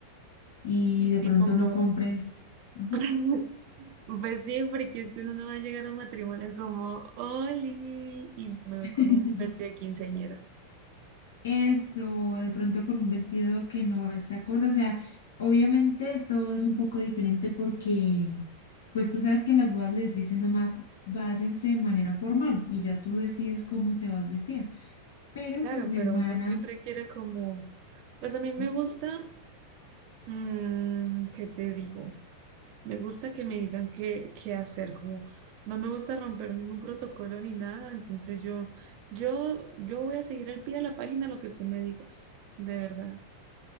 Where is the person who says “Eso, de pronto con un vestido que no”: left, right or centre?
Left